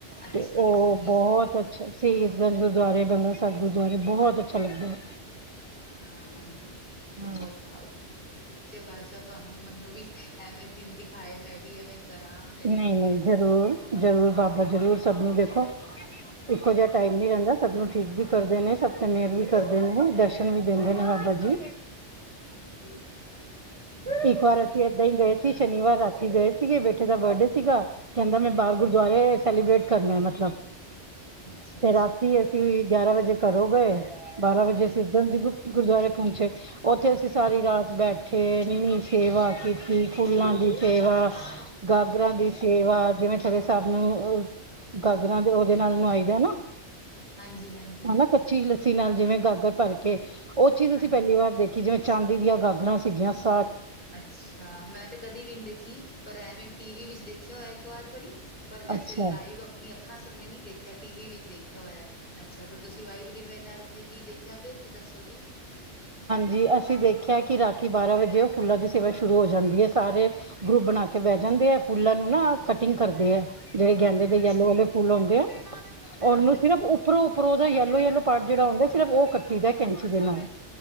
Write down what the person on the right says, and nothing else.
ਤੇ ਉਹ
ਬਹੁਤ
ਅੱਛਾ ਸੀਸਗੰਜ ਗੁਰਦੁਆਰੇ, ਬੰਗਲਾ ਸਾਹਿਬ ਗੁਰਦੁਆਰੇ ਬਹੁਤ ਅੱਛਾ ਲੱਗਦਾ
ਹਾਂ
ਨਹੀਂ
ਨਹੀਂ
ਜ਼ਰੂਰ
ਜ਼ਰੂਰ ਬਾਬਾ ਜ਼ਰੂਰ ਸਭ ਨੂੰ ਦੇਖੋ ਇੱਕੋ ਜਿਹਾ
ਟਾਈਮ ਨੀ ਰਹਿੰਦਾ ਸਭ ਨੂੰ ਠੀਕ ਵੀ ਕਰਦੇ ਨੇ, ਸਭ ਤੇ ਮੇਹਰ ਵੀ ਕਰਦੇ
ਨੇ ਦਰਸ਼ਨ ਵੀ ਦਿੰਦੇ ਨੇ ਬਾਬਾ ਜੀ
ਇੱਕ
ਵਾਰ ਅਸੀ
ਏਦਾਂ
ਹੀ ਗਏ ਸੀ
ਸ਼ਨੀਵਾਰ ਰਾਤੀ ਗਏ ਸੀਗੇ ਬੇਟੇ ਦਾ ਬਰਡੇ ਸੀਗਾ ਕਹਿੰਦਾ ਮੈਂ ਬਾਹਰ
ਗੁਰਦੁਆਰੇ ਸੈਲੀਬ੍ਰੇਟ ਕਰਨਾ, ਮਤਲਬ
ਤੇ
ਰਾਤੀ ਅਸੀ
ਗਿਆਰਾਂ ਵਜੇ ਘਰੋ ਗਏ ਬਾਰਾਂ ਵਜੇ
ਅਸੀਂ ਗੰਜ ਗੁਰਦੁਆਰੇ ਪਹੁੰਚੇ ਉੱਥੇ ਅਸੀਂ ਸਾਰੀ
ਰਾਤ ਬੈਠੇ ਇਨੀ ਸੇਵਾ ਕੀ ਤੀ ਫੁੱਲਾਂ ਦੀ ਸੇਵਾ, ਗਾਗਰਾਂ ਦੀ
ਸੇਵਾ ਜਿਵੇਂ <unintelligible> ਸਾਹਿਬ ਨੂੰ ਉਹ ਗਾਗਰਾਂ ਦੇ ਉਹਦੇ ਨਾਲ ਨਵਾਈਦੇ ਨਾ
ਹਨਾ ਕੱਚੀ ਲੱਸੀ ਨਾਲ ਜਿਵੇਂ ਗਾਗਰ ਭਰ ਕੇ ਉਹ ਚੀਜ਼
ਅਸੀਂ ਪਹਿਲੀ ਵਾਰ ਦੇਖ ਖੀ ਜਿਵੇਂ ਚਾਂਦੀ ਦੀਆਂ ਗਾਗਰਾਂ ਸੀਗੀਆਂ ਸ
ਅੱਛਾ
ਜੀ, ਅਸੀਂ ਦੇਖਿਆ ਕਿ ਰਾਤੀ ਬਾਰ੍ਹਾਂ ਵਜੇ ਉਹ ਫੁੱਲਾਂ ਦੀ ਸੇਵਾ ਸ਼ੁਰੂ ਹੋ ਜਾਂਦੀ ਐ ਸਾਰੇ ਗਰੁੱਪ ਬਣਾ ਕੇ ਬਹਿ ਜਾਂਦੇ ਐ, ਫੁੱਲਾਂ ਨੂੰ ਨਾ ਕਟਿੰਗ ਕਰਦੇ ਐ। ਜਿਹੜੇ ਗੈਂਦੇ ਦੇ
ਯੈਲੋ ਵਾਲੇ
ਫੁੱਲ ਹੁੰਦੇ ਆ। ਉਹਨੂੰ
ਸਿਰਫ
ਉੱਪਰੋਂ ਪਰੋ ਉਹਦਾ ਯੈਲੋ-ਯੈਲੋ ਪਾਟ ਜਿਹੜਾ ਹੁੰਦਾ, ਸਿਰਫ ਉਹ ਕੱਟੀ ਦਾ ਏ। ਕੈਂਚੀ ਦੇ ਨਾਲ,